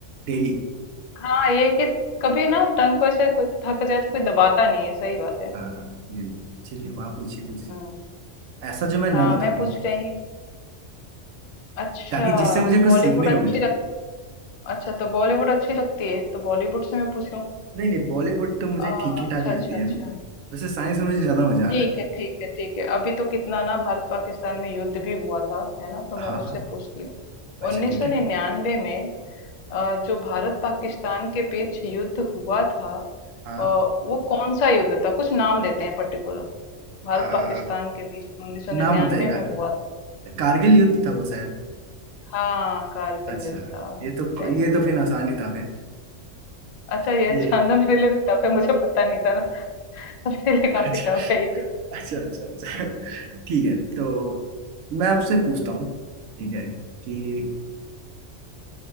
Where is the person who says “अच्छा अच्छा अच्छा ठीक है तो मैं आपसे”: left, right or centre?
Right